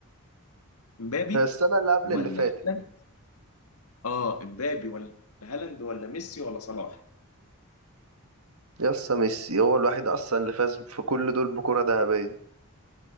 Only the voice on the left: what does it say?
مبابي
ولا
هالاند اه مبابي ولا هالاند ولا ميسي ولا صلاح